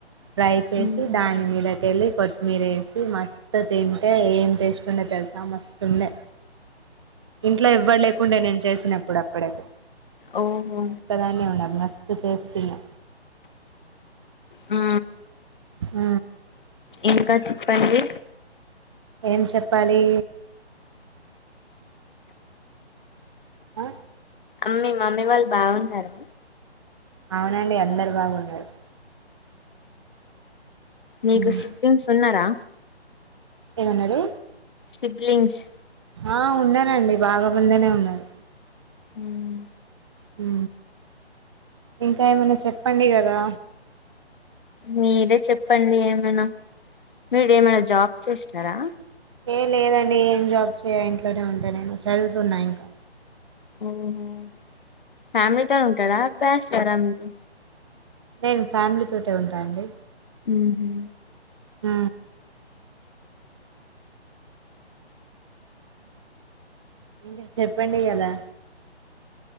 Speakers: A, on the right; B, on the left.
A: ఫ్రై చేసి
B: మ్మ్
A: దాని మీదకెల్లి కొత్మీర ఏసి మస్తు తింటే ఏం టేస్ట్ వుంటద్ తెల్సా మస్తుండే ఇంట్లో ఎవ్వల్లెకుండే నేను చేసినప్పుడు అప్పుడై
B: ఓహో
A: నేను ఒక్కదాన్నే ఉన్న మస్త్ చేస్తున్నా
B: ఊ
A: ఊ
B: ఇంకా చెప్పండి
A: ఏం చెప్పాలి ఆ
B: అమ్మి మమ్మీ వాళ్ళు బాగున్నారా
A: అవునండి అందరు బాగున్నారు
B: నీకు
A: మ్మ్
B: సిబ్లింగ్స్ ఉన్నారా
A: ఏమన్నారు
B: సిబ్లింగ్స్
A: ఆ ఉన్నారండి బాగా బందేనే ఉన్నాడు
B: మ్మ్
A: ఊ ఇంకా ఏమైనా చెప్పండి కదా
B: మీరే చెప్పండి ఏమైనా మీరు ఏమైనా జాబ్ చేస్తారా.
A: ఏ లేదండి ఏం జాబ్ చేయ ఇంట్లోనే ఉంట నేను చదువుతున్నా ఇంకా.
B: ఓహో ఫ్యామిలీతో ఉంటాడా బ్యాచిలర్ మీరు
A: నేను ఫ్యామిలీ తోటే ఉంటా అండి
B: ఉహు
A: ఆ ఇంకా చెప్పండి కదా